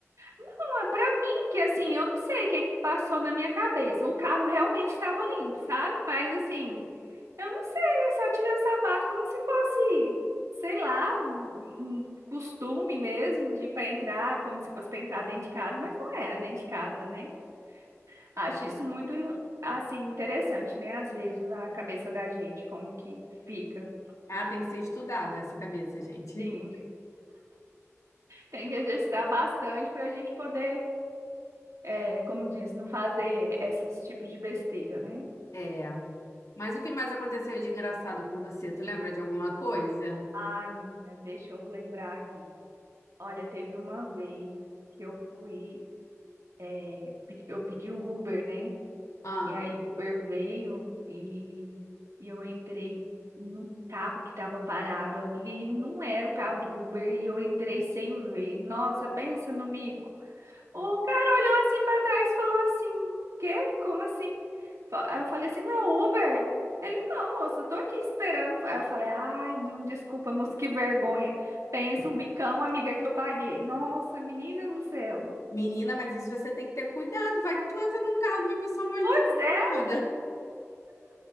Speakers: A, on the right; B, on the left.
A: não, é pra mim que assim, eu não sei o que que passou na minha cabeça. O carro realmente estava limpo, sabe? Mas assim, Eu não sei, eu só tirei o sapato como se fosse, sei lá, um costume mesmo de para entrar, como se fosse para entrar dentro de casa, mas não era dentro de casa, né? Acho isso muito assim interessante, né? Às vezes a cabeça da gente como que fica.
B: Ah, tem que ser estudada essa cabeça, gente.
A: Sim,
B: <laughs>
A: tem que exercitar bastante para a gente poder, é, como diz, não fazer esses tipos de besteira, né?
B: É. Mas o que mais aconteceu de engraçado com você? Tu lembra de alguma coisa?
A: Ah, menina, deixa eu lembrar aqui. Olha, teve uma vez que eu fui. é, pe- eu pedi o Uber, né?
B: Ah,
A: E aí o Uber veio e, e eu entrei num carro que estava parado, amiga, e não era o carro do Uber, e eu entrei sem ver. Nossa, pensa no mico. O cara olhou assim para trás e falou assim: Quê? Como assim? Fa- Aí eu falei assim: não é o Uber? Ele, não, moça, eu tô aqui esperando. Aí eu falei, ai, não, desculpa, moça, que vergonha. Pensa o micão, amiga, que eu paguei. Nossa, menina do céu.
B: menina, mas isso você tem que ter cuidado. Vai que tu entra num carro de uma pessoa mal intencionada.
A: Pois é,